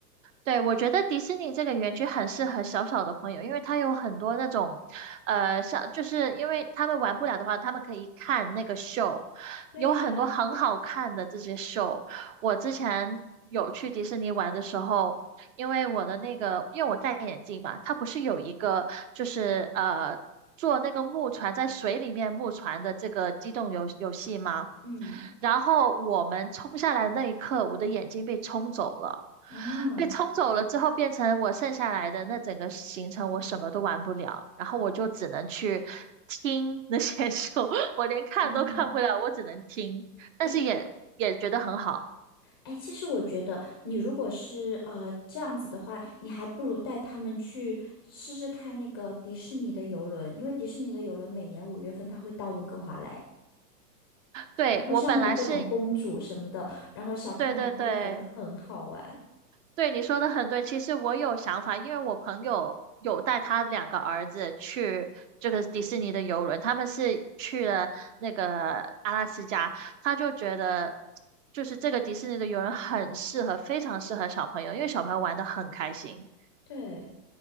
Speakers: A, on the right; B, on the left.
A: 对，我觉得迪士尼这个园区很适合小小的朋友，因为它有很多那种，呃，像就是因为他们玩不了的话，他们可以看那个秀，
B: 对呀，
A: 有很多很好看的这些秀。我之前有去迪士尼玩的时候，因为我的那个，因为我戴眼镜嘛，它不是有一个就是呃坐那个木船在水里面木船的这个机动游游戏吗？
B: 嗯，
A: 然后我们冲下来的那一刻，我的眼睛被冲走了。
B: 哦，
A: 被冲走了之后，变成我剩下来的那整个行程，我什么都玩不了，然后我就只能去听那些 <laughs> 书，我连看都看不了，
B: 嗯，
A: 我只能听，但是也也觉得很好。
B: 哎，哎，其实我觉得，你如果是呃这样子的话，你还不如带他们去试试看那个迪士尼的游轮，因为迪士尼的游轮每年五月份它会到温哥华来，
A: 对，
B: 然后上面有各种公主什么的，
A: 我本来是，
B: 然后小朋友的话就觉得很好玩。
A: 对对对，对，你说的很对。其实我有想法，因为我朋友有带他两个儿子去这个迪士尼的游轮，他们是去了那个阿拉斯加，他就觉得就是这个迪士尼的游轮很适合，非常适合小朋友，因为小朋友玩的很开心。
B: 对，